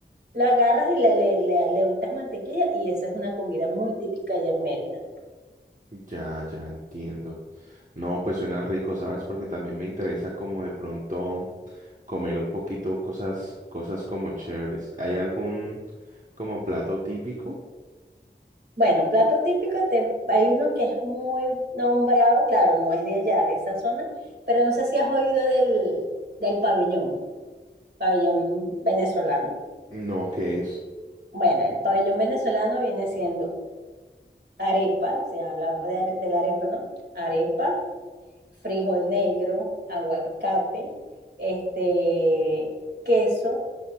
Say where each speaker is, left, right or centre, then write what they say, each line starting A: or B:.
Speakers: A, on the right (about 60°); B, on the right (about 40°).
A: la agarras y le, le, le, le untas mantequilla y esa es una comida muy típica allá en Mérida.
B: Ya, ya entiendo. No, pues suena rico, ¿sabes? Porque también me interesa como de pronto comer un poquito cosas, cosas como chéveres. ¿Hay algún como plato típico?
A: Bueno, plato típico, te, hay uno que es muy nombrado, claro, no es de allá, de esa zona, pero no sé si has oído del, del pabellón. Pabellón venezolano.
B: No, ¿qué es?
A: Bueno, el pabellón venezolano viene siendo arepa, se habla de, are- de la arepa, ¿no? Arepa, frijol negro, aguacate, este, queso